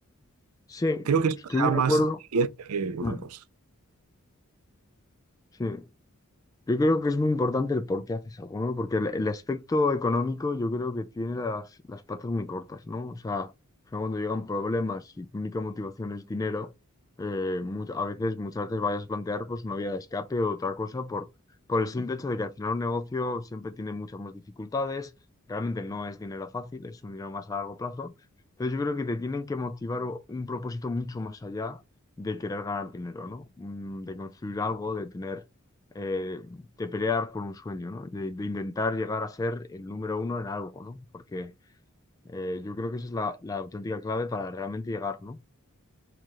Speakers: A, on the left (about 15°); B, on the right (about 80°).
A: Sí,
B: Creo que eso
A: estoy
B: te
A: muy
B: da
A: de
B: más
A: acuerdo.
B: riqueza que otra
A: Mm,
B: cosa.
A: Sí. Yo creo que es muy importante el por qué haces algo, ¿no? Porque el, el aspecto económico yo creo que tiene las, las patas muy cortas, ¿no? O sea, al final cuando llegan problemas y tu única motivación es dinero, eh, mu- a veces, muchas veces vayas a plantear pues una vía de escape o otra cosa por, por el simple hecho de que al final un negocio siempre tiene muchas más dificultades, realmente no es dinero fácil, es un dinero más a largo plazo. Entonces yo creo que te tienen que motivar o- un propósito mucho más allá de querer ganar dinero, ¿no? Mm, De construir algo, de tener eh, de pelear por un sueño, ¿no? De, de intentar llegar a ser el número uno en algo, ¿no? Porque eh, yo creo que esa es la, la auténtica clave para realmente llegar, ¿no?